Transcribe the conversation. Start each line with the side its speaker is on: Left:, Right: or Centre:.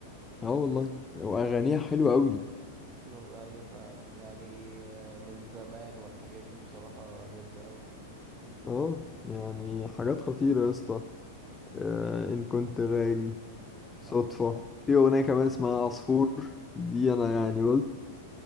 Left: اه والله واغانيها حلوة قوي
Right: مز- ايوه فعلا يعني آه، من زمان والحاجات دي بصراحة جامدة أوي
Left: اه يعني حاجات خطيرة يا اسطى آه، ان كنت غالي
Right: اه
Left: صدفة في اغنية كمان اسمها عصفور دي
Right: ايوه
Left: انا مم. يعني قلت